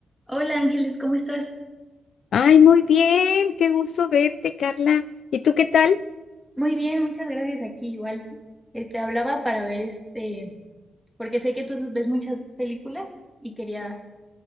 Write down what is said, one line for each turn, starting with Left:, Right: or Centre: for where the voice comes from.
Centre: Hola Ángeles, ¿cómo estás?
Left: Ay, muy bien, qué gusto verte, Carla. ¿Y tú qué tal?
Centre: Muy bien, muchas gracias. Aquí igual. Este, hablaba para ver este, porque sé que tú ves muchas películas y quería